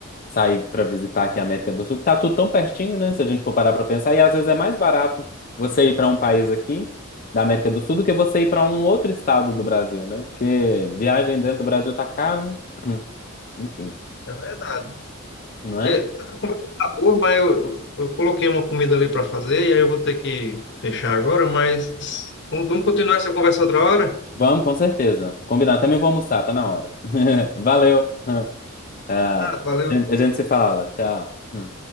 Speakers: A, on the left (about 40°); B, on the left (about 60°).
A: sair para visitar aqui a América do Sul, que tá tudo tão pertinho, né? Se a gente for parar para pensar, e às vezes é mais barato você ir para um país aqui da América do Sul do que você ir para um outro estado do Brasil, né? Porque viagem dentro do Brasil tá caro, Hum, enfim,
B: É verdade.
A: não é?
B: É, a conversa tá boa, mas eu, eu coloquei uma comida ali para fazer e aí eu vou ter que fechar agora, mas vamos, vamos continuar essa conversa outra hora?
A: Vamos, com certeza. Combinado. Também vou almoçar, tá na hora. <laughs> Valeu. Ah,
B: Ah, valeu.
A: a gente se fala. Tchau. Hum.